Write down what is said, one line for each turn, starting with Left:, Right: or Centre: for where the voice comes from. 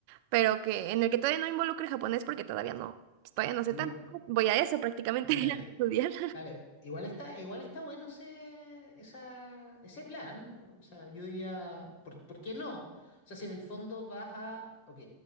Right: pero que en el que todavía no involucre japonés porque todavía no, pues, todavía no sé
Left: No,
Right: tanto. ¿no? Voy a eso prácticamente
Left: dale.
Right: <laughs> a estudiar.
Left: Dale, igual está, igual está bueno ese, esa, ese plan. O sea, yo diría, ¿por, por qué no? O sea, si en el fondo vas a, ok,